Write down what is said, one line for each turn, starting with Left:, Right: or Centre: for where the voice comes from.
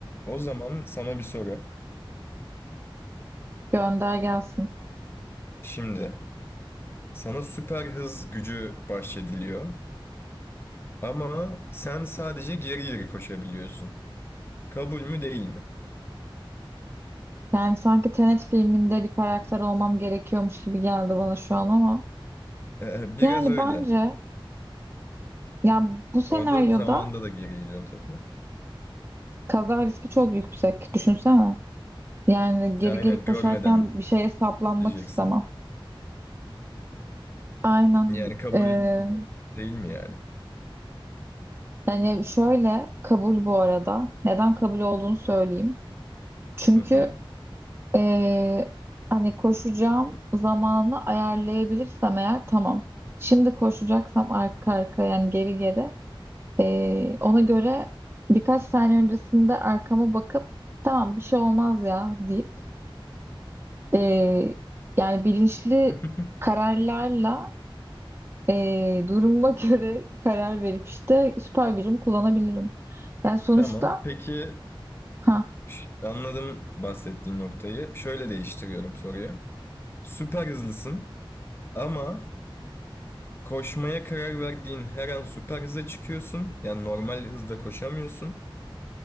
Left: O zaman sana bir soru.
Right: Gönder gelsin.
Left: Şimdi sana süper hız gücü bahşediliyor ama sen sadece geri geri koşabiliyorsun. Kabul mü değil mi?
Right: Yani sanki Tenet filminde bir karakter olmam gerekiyormuş gibi geldi bana şu an ama.
Left: Ee, biraz
Right: Yani
Left: öyle.
Right: bence ya bu senaryoda
Left: Orada zamanda da geri gidiyorsun tabii de.
Right: kaza riski çok yüksek. Düşünsene. Yani geri
Left: Ya Aynen
Right: geri koşarken
Left: görmeden
Right: bir şeye saplanmak
Left: diyeceksin.
Right: istemem. Aynen.
Left: Yani kabul
Right: Ee,
Left: değil mi yani?
Right: yani şöyle kabul bu arada. Neden kabul olduğunu söyleyeyim. Çünkü
Left: Hı hı.
Right: ee, hani koşacağım zamanı ayarlayabilirsem eğer tamam. Şimdi koşacaksam arka arkaya yani geri geri Ee, ona göre birkaç saniye öncesinde arkama bakıp tamam bir şey olmaz ya deyip ee, yani bilinçli
Left: <laughs>
Right: kararlarla ee, duruma <laughs> göre karar verip işte süper gücümü kullanabilirim. Yani sonuçta
Left: Tamam. Peki
Right: ha
Left: ş- anladım bahsettiğin noktayı. Şöyle değiştiriyorum soruyu. Süper hızlısın ama Koşmaya karar verdiğin her an süper hıza çıkıyorsun. Yani normal hızda koşamıyorsun.